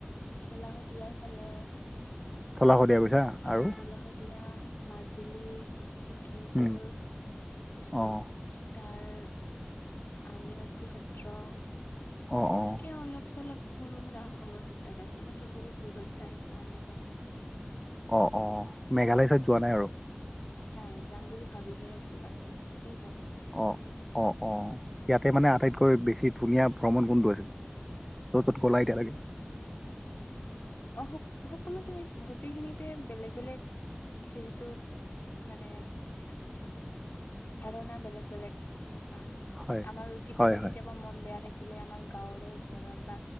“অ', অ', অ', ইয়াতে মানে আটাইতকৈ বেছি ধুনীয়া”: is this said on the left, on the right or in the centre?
Centre